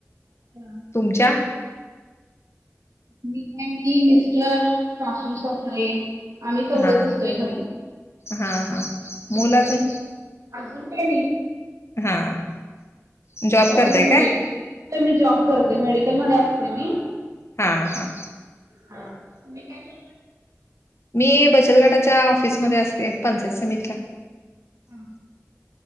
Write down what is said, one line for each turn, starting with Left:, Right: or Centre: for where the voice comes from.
Right: अच्छा
Left: तुमच्या
Right: मी काय मी मिस्टर साासू सकररे आम्ही चौघच
Left: हा
Right: असतोय घरी
Left: हा हा मूल अजून
Right: अजून का म
Left: हा जॉब
Right: तु्हाला
Left: करताय
Right: दोन मु
Left: काय?
Right: मी जॉब करते मेडिकल मध्ये असते मी
Left: हां हां
Right: हा तुम्ही काय कर
Left: मी बचत गटाच्या ऑफिसमध्ये असते पंचायत समिटला
Right: ह